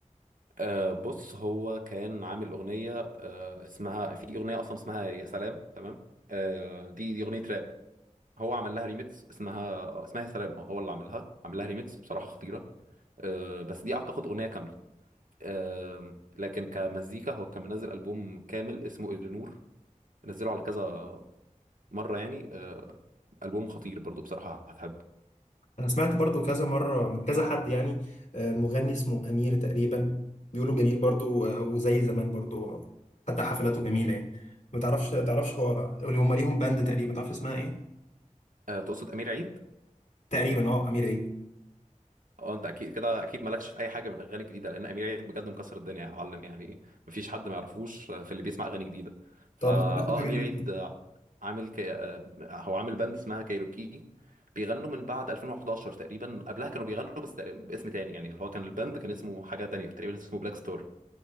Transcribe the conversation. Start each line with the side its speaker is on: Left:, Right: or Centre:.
Right: آه، بص هو كان عامل اغنيه آه، اسمها في اغنيه اصلا اسمها يا سلام تمام آه، دي دي اغنيه راب هو عمل لها ريميكس اسمها اسمها يا سلام اه هو اللي عملها عمل لها ريميكس بصراحه خطيره آه، بس دي اعتقد اغنيه كامله آم، لكن كمزيكا هو كان منزل ألبوم كامل اسمه النور نزله على كذا مرة يعني آه، ألبوم خطير برضو بصراحة هتحب
Left: انا سمعت برضو كذا مره من كذا حد يعني آه، مغني اسمه امير تقريبا بيقولوا جميل برضو آه، وزي زمان برضو آه، حتى حفلاته جميله يعني ما تعرفش تعرفش هو اللي هم ليهم باند تقريبا ما تعرفش اسمها ايه
Right: آه، تقصد أمير عيد؟
Left: تقريبا اه امير ايه
Right: اه انت اكيد كده اكيد مالكش في اي حاجه من الاغاني الجديده لان امير عيد بجد مكسر الدنيا يا معلم يعني مفيش حد ما يعرفوش آه، في اللي بيسمع اغاني جديده فا
Left: طب
Right: اه
Left: اقترح لي حاجه
Right: امير
Left: ليك
Right: عيد آه، عامل كي... آه، هو عامل باند اسمها كايروكي بيغنوا من بعد 2011 تقريبا قبلها كانوا بيغنوا بس تقريباً باسم تاني يعني اللي هو كان الباند كان اسمه حاجه تانية تقريبا اسمه بلاك ستار